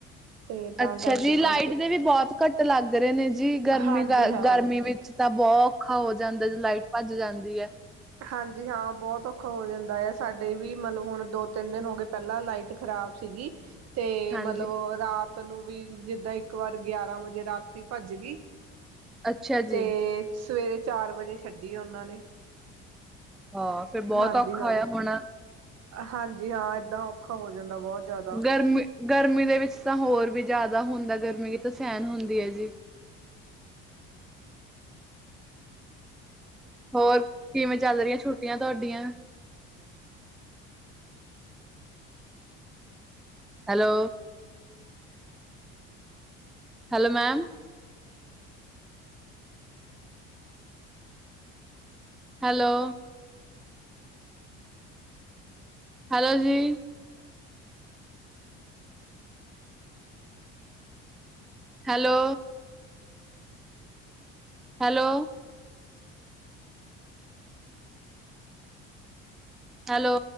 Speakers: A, on the right; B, in the centre.
A: ਤੇ ਤਾਂ
B: ਅੱਛਾ
A: ਕਰਕੇ
B: ਜੀ, ਲਾਈਟ
A: ਬਸ,
B: ਦੇ ਵੀ ਬਹੁਤ ਕੱਟ ਲੱਗ ਰਹੇ ਨੇ ਜੀ। ਗਰਮੀ
A: ਹਾਂਜੀ
B: ਕਰ,
A: ਹਾਂ।
B: ਗਰਮੀ ਵਿੱਚ ਤਾਂ ਬਹੁ ਔਖਾ ਹੋ ਹੋ ਜਾਂਦਾ ਜਦੋਂ ਲਾਈਟ ਭੱਜ ਜਾਂਦੀ ਹੈ।
A: ਹਾਂਜੀ ਹਾਂ ਬਹੁਤ ਔਖਾ ਹੋ ਜਾਂਦਾ ਹੈ, ਸਾਡੇ ਵੀ ਮਤਲਬ ਹੁਣ ਦੋ ਤਿੰਨ ਦਿਨ ਹੋ ਗਏ, ਪਹਿਲਾਂ ਲਾਈਟ ਖ਼ਰਾਬ ਸੀਗੀ ਅਤੇ
B: ਹਾਂਜੀ
A: ਮਤਲਬ ਰਾਤ ਤੈਨੂੰ ਵੀ ਜਿੱਦਾਂ ਇੱਕ ਵਾਰ ਗਿਆਰਾਂ ਵਜੇ ਰਾਤੀ ਭੱਜ ਗਈ,
B: ਅੱਛਾ ਜੀ
A: ਤੇ ਸਵੇਰੇ ਚਾਰ ਵਜੇ ਛੱਡੀ ਉਹਨਾਂ ਨੇ।
B: ਹਾਂ ਫੇਰ ਬਹੁਤ
A: ਹਾਂਜੀ
B: ਔਖਾ
A: ਹਾਂ
B: ਹੋਇਆ ਹੋਣਾ।
A: ਹਾਂਜੀ ਹਾਂ ਏਦਾਂ ਔਖਾ ਹੋ ਜਾਂਦਾ। ਦਾ ਬਹੁਤ ਜ਼ਿਆਦਾ
B: ਗਰਮੀ ਗਰਮੀ ਦੇ ਵਿੱਚ ਤਾਂ ਹੋਰ ਵੀ ਜ਼ਿਆਦਾ ਹੁੰਦਾ ਗਰਮੀ ਕਿੱਥੇ ਸਹਿਣ ਹੁੰਦੀ ਹੈ ਜੀ। ਹੋਰ, ਕਿਵੇਂ ਚੱਲ ਰਹੀਆਂ ਛੁੱਟੀਆਂ ਤੁਹਾਡੀਆਂ? Hello hello ma'am, hello hello ਜੀ, ਹੈਲੋ ਹੈਲੋ ਹੈਲੋ